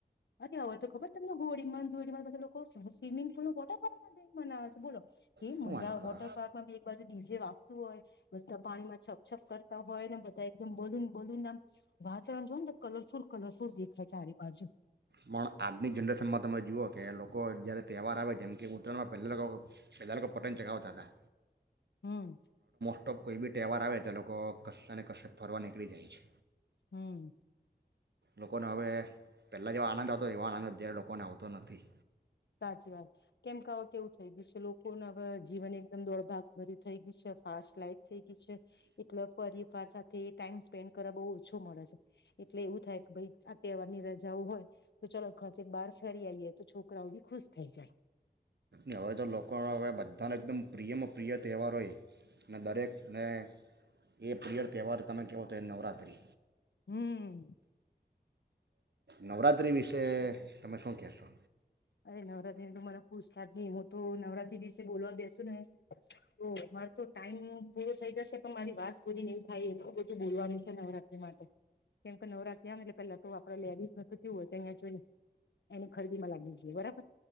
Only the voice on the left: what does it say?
અરે હવે તો ખબર તમને હોળીમાં ધોળીમાં બધા લોકો સ્વિમિંગ બટા મના આવે છે બોલો કે
મજા
વોટર પાર્કમાં બી એક બાજુ ડીજે વાગતું હોય બધા પાણીમાં છપછપ કરતા હોય ને બધા એકદમ બલુન બલુન આમ વાતાવરણ જો ને તો કલરફુલ કલરફુલ દેખાય ચારે બાજુ
હમ
હમ
સાચી વાત કેમ કેવા કેવું થઈ ગયું છે લોકો ના જીવન એકદમ દોડભાગ ભર્યું થઈ ગક હારસ લાઈક થઈ ગઈ છે એટલે પરિવાર સાથે ટાઈમ સ્પેન્ડ કર બહુ ઓછું મળે છે એટલે એવું થાય કે ભાઈ આ તહેવાર ની રજાઓ હોય તો ચાલ ઘ બાર ફેરી આવીઈએે તો છોક છોકરાઓ બી ખુશ થઈ જાય
હમ
અરે નવરાત્રીની તો મને પૂછતા જ નહી હું તો નવરાત્રી વિશે બોલવા બેસુ ને તો મારે તો ટાઈમ પૂરો થઈ જશે પણ મારી વાત પૂરી નઈ થાય એ બધું બોલવાનું છે નવરાત્રી માટે કેમકે નવરાત્રી આવે ને એટલે પેલા તો આપડા લેડીઝ ન તો થયું હોય છે અહીંયા જોઈ ને એની ખરીદી માં લાગી એ બરાબ